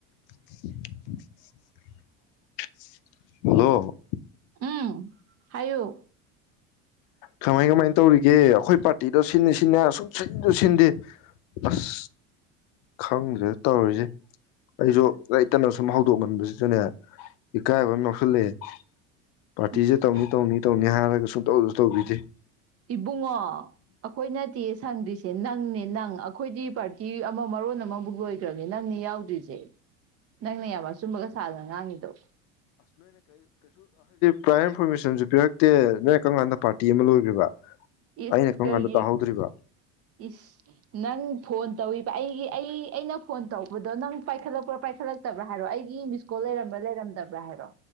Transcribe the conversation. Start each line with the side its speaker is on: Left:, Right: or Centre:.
Left: <unintelligible> Hello
Right: ꯎꯝ ꯍꯥꯏꯌꯨ
Left: ꯀꯃꯥꯏ ꯀꯃꯥꯏ ꯇꯧꯔꯤꯒꯦ ꯑꯩꯈꯣꯏ ꯄꯥꯔꯇꯤꯗ ꯁꯤꯅꯤ ꯁꯤꯅꯦ ꯁꯨꯝ ꯁꯤꯟꯁꯨ ꯁꯤꯟꯗꯦ ꯑꯁ ꯈꯪꯗ꯭ꯔꯦ ꯇꯧꯔꯤꯁꯦ ꯑꯩꯁꯨ ꯂꯩꯇꯅ ꯁꯨꯝ ꯍꯧꯗꯣꯛꯃꯟꯕꯁꯤꯗꯅꯦ ꯏꯀꯥꯏꯕ ꯑꯃ ꯌꯥꯎꯁꯜꯂꯛꯑꯦ ꯄꯥ꯭ꯔꯇꯤꯁꯦ
Right: ꯏꯁ
Left: ꯇꯧꯅꯤ ꯇꯧꯅꯤ ꯇꯧꯅꯤ ꯍꯥꯏꯔꯒ ꯁꯨꯝ ꯇꯧꯁꯨ ꯇꯧꯕꯤꯗꯦ
Right: ꯏꯕꯨꯡꯉꯣ ꯑꯩꯈꯣꯏꯅ ꯅꯠꯇꯤꯌꯦ ꯁꯪꯗ꯭ꯔꯤꯁꯦ ꯅꯪꯅꯦ ꯅꯪ ꯑꯩꯈꯣꯏꯗꯤ ꯄꯥꯔꯇꯤ ꯑꯃ ꯃꯔꯣꯟ ꯑꯃꯃꯨꯛ ꯂꯣꯏꯈ꯭ꯔꯕꯅꯦ ꯅꯪꯅꯦ ꯌꯥꯎꯗ꯭꯭ꯔꯤꯁꯦ ꯅꯪꯅ ꯌꯥꯝꯅ ꯑꯆꯨꯝꯕꯒ ꯁꯥꯗꯅ ꯉꯥꯡꯉꯤꯗꯣ
Left: ꯄꯨ꯭ꯔꯥ ꯏꯟꯐꯣꯔꯃꯦꯁꯟꯁꯨ ꯄꯤꯔꯛꯇꯦ ꯅꯣꯏ ꯀꯔꯝ ꯀꯥꯟꯗ ꯄꯥꯔꯇꯤ ꯑꯃ ꯂꯣꯏꯈ꯭ꯔꯤꯕ
Right: ꯏꯁ
Left: ꯑꯩꯅ ꯀꯔꯝ
Right: ꯀꯔꯤꯒꯤ
Left: ꯀꯥꯟꯗ ꯇꯥꯍꯧꯗ꯭ꯔꯤꯕ
Right: ꯏꯁ ꯅꯪ ꯐꯣꯟ ꯇꯧꯏ ꯄ ꯑꯩꯒꯤ ꯑꯩ ꯑꯩꯅ ꯐꯣꯟ ꯇꯧꯕꯗꯣ ꯅꯪ ꯄꯥꯏꯈꯠꯂꯛꯄ꯭ꯔꯥ ꯄꯥꯏꯈꯠꯂꯛꯇꯕ꯭ꯔꯥ ꯍꯥꯏꯔꯣ ꯑꯩꯒꯤ ꯃꯤꯁꯀꯣꯜ ꯂꯩꯔꯝꯕ꯭ꯔꯥ ꯂꯩꯔꯝꯗꯕ꯭ꯔꯥ ꯍꯥꯏꯔꯣ